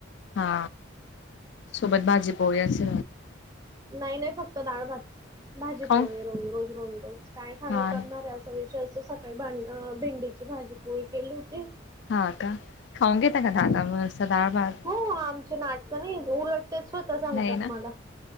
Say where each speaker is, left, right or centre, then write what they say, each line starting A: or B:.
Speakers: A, on the left; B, on the right.
A: हा
B: हम्म
A: सोबत भाजी पोहच
B: नाही नाही फक्त डाळ भात भाजी
A: खाऊन
B: पोळी रोज रोज रोज रोज काय खार
A: हा
B: करणार
A: ना
B: आहे असा विषय असो सकाळी भां भेंडीची भाजी पोळी केली होती
A: हा का खाऊंगे त का दा का म सदारबाग
B: हो आमचे नाटकं नाही उलटते स्वतः सांगतात
A: नाही ना
B: मला